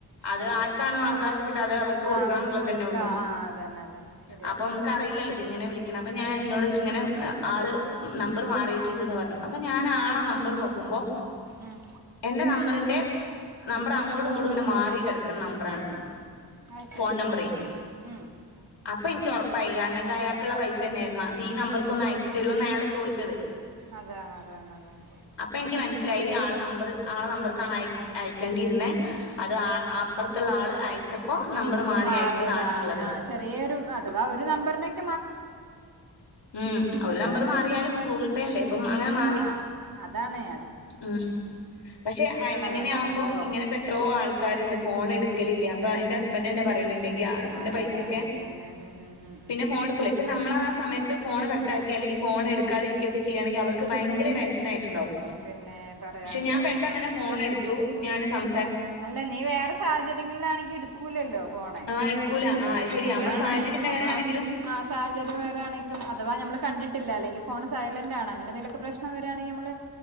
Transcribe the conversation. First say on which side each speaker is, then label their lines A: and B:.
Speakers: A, on the left; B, on the right.
A: അത്
B: ആഹ്
A: ആർക്കാണോ അവകാശപ്പെട്ടത് അത് അവർക്ക് കൊടുക്കണം
B: ആഹ്
A: ന്ന്ള്ളത്
B: കൊടുക്കാ
A: തന്നെ ഉള്ളൂ.
B: ആഹ് അതന്നെ അതന്നെ ശരിയാണ്
A: അപ്പൊ മ്മുക്ക് അറിയില്ലല്ലോ ഇത് ഇങ്ങനെ വിളിക്കണം അപ്പൊ ഞാൻ എന്നോടോയ്ച്ച് ഇങ്ങനെ ആള് നമ്പറ് മാറിയിട്ടുണ്ടെന്ന് പറഞ്ഞു. അപ്പൊ ഞാൻ ആളെ നമ്പർ നോക്കു ക്കുമ്പോ
B: ഉം
A: എന്റെ നമ്പർ തിന്റെ നമ്പറ്
B: ഉം
A: അങ്ങോടും ഇങ്ങോടും ഇങ്ങനെ മാറി കെട ക്കണ നമ്പറാണ്.
B: അത്
A: ഫോൺ
B: ശരി
A: നമ്പറേ.
B: ഉം
A: അപ്പൊ എനിക്ക് ഒറപ്പായി കാരണം ഇതയാക്കുള്ള പൈസ തന്നെയായിരുന്നു. അത് ഈ നമ്പർക്കൊന്ന് അയച്ചു തരുമോന്ന് അയാള് ചോയിച്ചത്.
B: അതാണ് അതാണ് അതാണ്
A: പ്പെനിക്ക് മനസ്സിലായി. ആള് നമ്പറ് ആളെ നമ്പർക്കാണ് അയച്ച് അയക്കേണ്ടിയിരുന്നെ. അത് ആഹ് അപ്പുറത്തുള്ള ആള് അയച്ചപ്പോ നമ്പറ് മാറി
B: മാറിയതാണ്
A: അയച്ചതാണെന്നുള്ളത്.
B: ആഹ് ചെറിയൊരു അഥവാ ഒരു നമ്പറിനെക്
A: ഉം ഒര്
B: അതാണ്
A: നമ്പറ് മാറിയാലും ഗൂഗിൾ പേ അല്ലേ? ഇപ്പം അങ്ങനെ മാറി
B: ആഹ് അതാണേ.
A: ഉം പക്ഷെ ഇങ്ങനെ
B: അതുകൊണ്ടാണല്ലോ
A: ആവുമ്പോ ഇങ്ങനെപ്പ എത്രയോ ആൾക്കാരുണ്ട് ഫോൺ എടുക്കലില്ല. ഇപ്പ എന്റെ ഹസ്ബൻ്റ്ന്നെ പറയലുണ്ട് ഗ്യാസിന്റെ
B: ആ
A: പൈസക്കെ
B: പിന്നെ ഉം ഉം ഉം
A: പിന്നെ
B: ഉം
A: ഫോൺ ടുക്കൂലെ പ്പം നമ്മളാസമയത്ത് ഫോൺ ക ട്ടാക്കെ അല്ലെങ്കി ഫോൺ എടുക്കാതിരിക്ക്യോക്കെ ചെയ്യാണെങ്കി അവർക്ക് ഭയങ്കര ടെൻഷണായിട്ടുണ്ടാവും
B: പിന്നെ പറയാണ്ടോ
A: ക്ഷെ ഞാൻ പെട്ടെന്നെന്നെ ഫോൺ എടുത്തു. ഞാന് സം
B: അല്ല നീ വേറെ സാഹചര്യങ്ങൾലാണെങ്കി എടുക്കൂലല്ലോ ഫോണ്.
A: ആഹ് എടുക്കൂല ആഹ് ശരി
B: അതാണ്
A: നമ്മളെ സാഹചര്യം വേറെ
B: അപ്പൊ
A: ആണെങ്കിലും
B: ആ സാഹചര്യം വേറെ ആണെങ്കിലും അഥവാ ഞമ്മള് കണ്ടി ഇല്ല അല്ലെങ്കി ഫ്‌ ഫോണ് സൈലന്റ് ആണ്. അങ്ങനെന്തേലൊക്കെ പ്രശ്ണം വെ വേണെഇ അമ്മള്